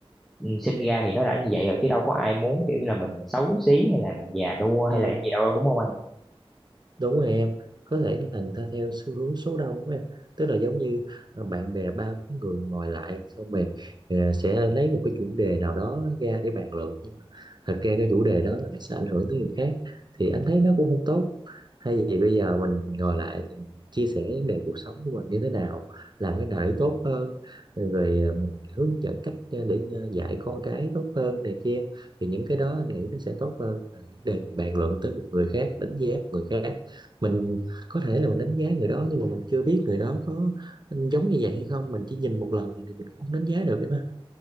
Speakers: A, in the centre; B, on the right (about 45°).
A: ừ, sinh ra thì nó đã như vậy rồi chứ đâu có ai muốn kiểu như là mình xấu xí hay là mình già nua hay
B: Ừ.
A: là gì đâu đúng không
B: đúng rồi em có thể là người ta theo xu hướng số đông của em tức là giống như ờ, bạn bè ba bốn người ngồi lại xong rồi ờ, sẽ lấy một cái chủ đề nào đó ra để bàn luận nhưng mà thật ra cái chủ đề đó là nó sẽ ảnh hưởng tới người khác thì anh thấy nó cũng không tốt hay vì bây giờ mình ngồi lại thì mình chia sẻ vấn đề cuộc sống của mình như thế nào làm cái nào để tốt hơn rồi ờ, mình hướng dẫn cách ờ, để ờ, dạy con cái tốt hơn này kia thì những cái đó anh nghĩ nó sẽ tốt hơn là những đề mình bàn luận tới một người khác đánh giá một người khác mình có thể là mình đánh giá người đó nhưng mà mình chưa biết người đó có giống như vậy hay không mình chỉ nhìn một lần thì mình cũng không đánh giá được đấy mà